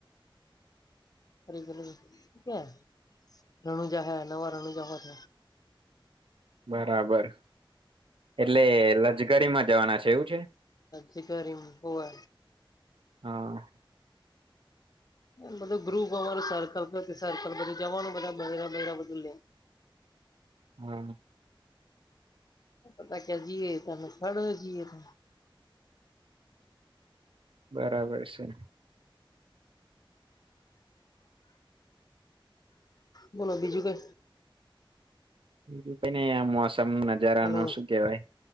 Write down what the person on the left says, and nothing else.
ફરી પે રણુજા હે નવા રણુજા હો હ
હી પોવે
બધું ગ્રુપ અમારું સર્કલ સર્કલ બધું જવાનું બધા બયેરા બયેરા બધું લે
પતા ક્યાં જી ત ખડ જીએ ત
<inaudible> બોલો બીજું કઈ
હાલો